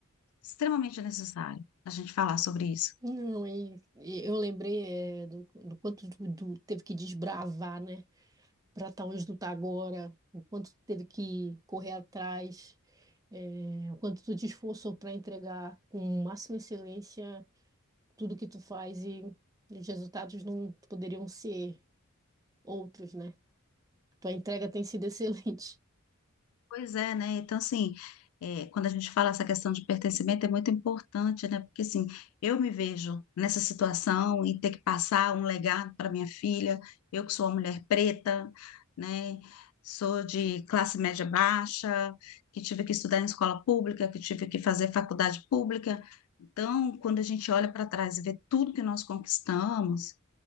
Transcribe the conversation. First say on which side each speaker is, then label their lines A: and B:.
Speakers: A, on the left; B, on the right.
A: extremamente necessário a gente falar sobre isso.
B: Não, e, e eu lembrei é, do, do quanto tu, tu teve que desbravar, né? para estar onde tu tá agora, o quanto tu teve que correr atrás, é, o quanto tu te esforçou para entregar com máxima excelência tudo que tu faz e, os resultados não poderiam ser outros, né? Tua entrega tem sido excelente.
A: Pois é, né? Então, assim, é, quando a gente fala essa questão de pertencimento, é muito importante, né? Porque, assim, eu me vejo nessa situação e ter que passar um legado para minha filha, eu que sou uma mulher preta, né? Sou de classe média baixa, que tive que estudar em escola pública, que tive que fazer faculdade pública. Então, quando a gente olha para trás e vê tudo que nós conquistamos,